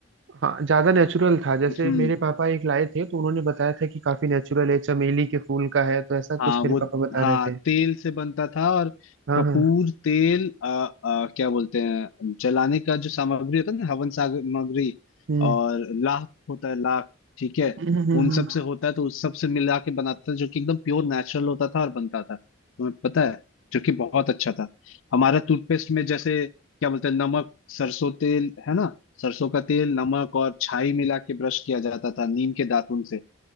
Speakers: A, on the right (about 60°); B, on the left (about 70°).
A: हाँ ज्यादा नेचुरल था जैसे
B: हम्म
A: मेरे पापा एक लाए थे तो उन्होंने बताया था कि काफी नेचुरल है चमेली के फूल का है तो ऐसा
B: हाँ
A: कुछ मेरे
B: वो
A: पापा बता
B: हाँ
A: रहे थे
B: तेल से बनता था और
A: हाँ
B: कपूर
A: हाँ
B: तेल अ, अ, क्या बोलते हैं जलाने का जो सामग्री होता है ना हवन सामग्री
A: हम्म
B: और लाख होता है लाख ठीक है
A: हम्म हम्म, हम्म,
B: उन सब से होता है तो उस सब से मिला के बनाता था जो कि एकदम प्योर नेचुरल होता था और बनता था तुम्हें पता है जो कि बहुत अच्छा था हमारा टूथपेस्ट में जैसे क्या बोलते हैं नमक सरसों तेल है ना सरसों का तेल नमक और छाई मिला के ब्रश किया जाता था नीम के दातुन से